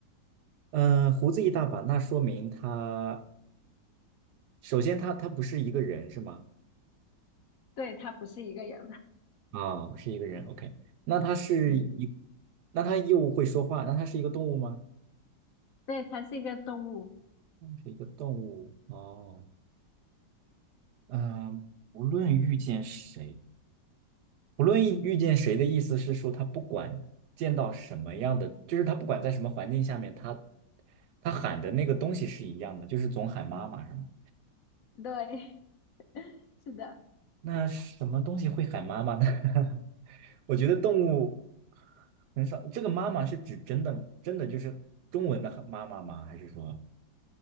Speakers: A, on the right; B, on the left.
A: 嗯，胡子一大把，那说明他首先他他不是一个人是吗？
B: 对，它不是一个人，
A: 啊，不是一个人，OK。那他是一，
B: <laughs> 嗯，
A: 那他又会说话，那他是一个动物吗？
B: 对，它是一个动物，
A: 是一个动物哦。嗯，无论遇见谁。不论遇遇见谁的意思是说，他不管见到什么样的，就是他不管在什么环境下面，他他喊的那个东西是一样的，就是总喊妈妈，是吗？
B: 对，<laughs> 是的，
A: 那什么东西会喊妈妈呢？<laughs> 我觉得动物很少。这个妈妈是指真的真的就是中文的妈妈吗？还是说